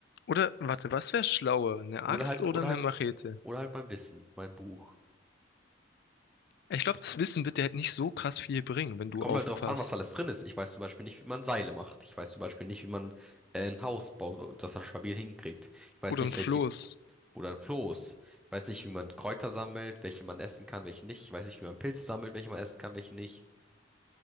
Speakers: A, on the left; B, in the centre.
A: Oder, warte, was wäre schlauer? Eine Axt
B: Oder halt,
A: oder
B: oder
A: eine
B: halt,
A: Machete?
B: oder halt mein Wissen, mein Buch.
A: Ich glaube, das Wissen wird dir halt nicht so krass viel bringen, wenn du
B: Kommt
A: aufpasst.
B: halt drauf an, was alles drin ist. Ich weiß zum Beispiel nicht, wie man Seile macht. Ich weiß zum Beispiel nicht, wie man äh, ein Haus baut und das dann stabil hinkriegt. Ich weiß
A: Oder
B: nicht,
A: ein Floß.
B: welche Oder ein Floß. Ich weiß nicht, wie man Kräuter sammelt, welche man essen kann, welche nicht. Ich weiß nicht, wie man Pilze sammelt, welche man essen kann, welche nicht.